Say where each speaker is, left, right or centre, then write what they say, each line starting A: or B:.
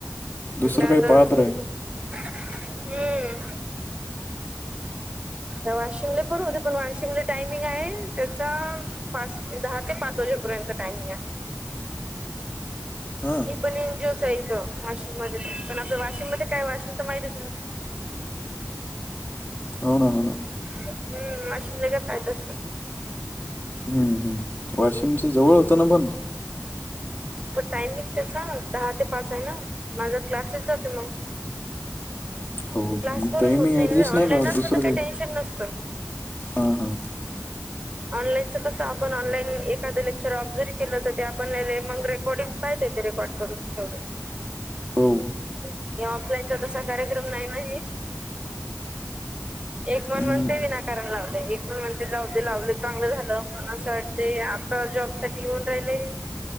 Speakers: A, on the left; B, on the right.
A: दुसरं
B: आता
A: काही पात्र आह.
B: हम्म, आ वाशिमला पण होते,, पण वाशिमला टायमिंग आहे,, त्याचा पाच, दहा ते पाच वाजेपर्यंत टाइमिंग आहे.
A: हा.
B: पणज्योच इथं वाशिम मध्ये पण,, वाशिम मध्ये काय वाशिन तर माहिित.
A: हो ना, हो ना.
B: हम्म, वाशिम ला काय फायदाच नाही.
A: ह्म, हम् वाशिमचं जवळ होतं ना पण
B: पण टायमिंग त्याचा, ना,, दहा ते पाच आहे ना. माझा क्लासेस जाते मग.
A: हो,
B: क्लास
A: मग
B: करून
A: ते
B: होत
A: मी ऍडजस्ट
B: ना
A: नाही
B: ऑनलाईन
A: करत,
B: असतं
A: दुसरं
B: तर
A: काही,
B: टेन्शन नसतं.
A: हा हा.
B: ऑनलाईनच कसं आपण ऑनलाईन एखाद लेक्चर ऑब्झर्व केलं तर ते आपण मग रेकॉर्डिंग य त्यात रेकॉर्ड करून ठेवलय.
A: हो,
B: मी ऑफलाईनचा तसा कार्यक्रम नाही ना घेतऽ एक मण
A: हम्म,
B: म्हणते विनाकारण लावलय,, एक मण म्हणते जाऊ दे लावलेऽ चांगलं झालं,, पण असं वाटते आता जॉब साठी येऊन राहिलेऽ